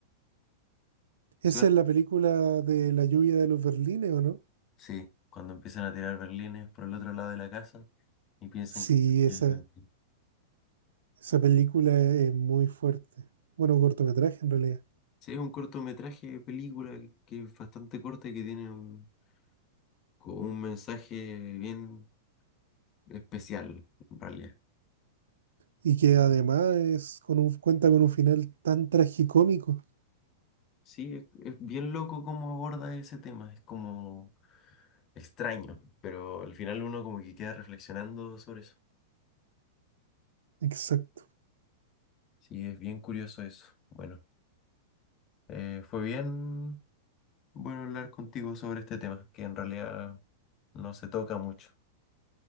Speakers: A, on the left (about 35°); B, on the right (about 75°).
A: ¿Te
B: Esa
A: suena?
B: es la película de la lluvia de los Berlines, ¿o no?
A: Sí, cuando empiezan a tirar berlines por el otro lado de la casa y piensan
B: Sí,
A: que...
B: esa,
A: <laughs> Sí,
B: esa película es muy fuerte. Bueno, un cortometraje en realidad.
A: Sí, es un cortometraje de película que es bastante corta y que tiene un, como un mensaje bien especial, en realidad.
B: Y que además es con un, cuenta con un final tan tragicómico.
A: Sí, es, es bien loco cómo aborda ese tema, es como extraño, pero al final uno como que queda reflexionando sobre eso.
B: Exacto.
A: Sí, es bien curioso eso. Bueno, eh, fue bien. Bueno, hablar contigo sobre este tema, que en realidad no se toca mucho.